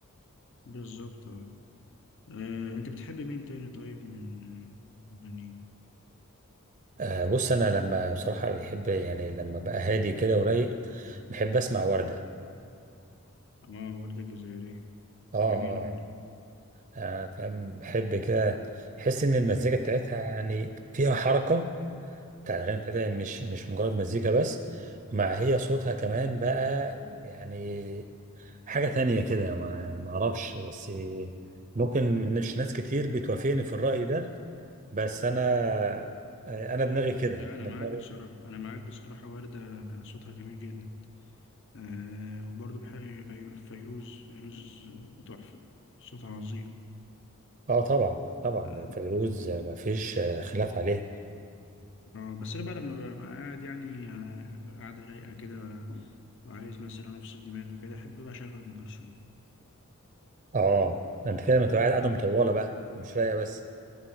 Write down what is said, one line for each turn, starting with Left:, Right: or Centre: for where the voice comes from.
Left: بالظبط اه آه، أنت بتحب مين تاني طيب من آه، مغنيين؟
Right: آه، بص أنا لما بصراحة بحب يعني لما بقى هادي كده ورايق بحب أسمع وردة
Left: اه وردة جزائرية
Right: آه آه
Left: جميلة برضه
Right: آه، آه، فاهم بحب كده أحس إن المزيكا بتاعتها يعني فيها حركة بتاع الأغاني بتاعتها يعني مش مش مجرد مزيكا بس مع هي صوتها كمان بقى يعني حاجة تانية كده ما ما أعرفش بس ممكن مش ناس كتير بتوافقني في الرأي ده بس انا آه، انا دماغي كده
Left: لا أنا
Right: انا
Left: معاك
Right: دماغي
Left: بصراحة أنا معاك بصراحة وردة صوتها جميل جدا آه وبرضه بحب فيروز فيروز تحفة صوتها عظيم
Right: اه طبعا طبعا
Left: آه
Right: فيروز ما فيش آه، خلاف عليه
Left: آه، بس أنا بعد ما ببقى قاعد يعني آه، قاعدة رايقة كده وعايز مثلا أفصل دماغي وكده أحب بقى أشغل أم كلثوم
Right: اه ده انت كده ما تبقى قاعد قاعده مطوله بقى مش رايقه بس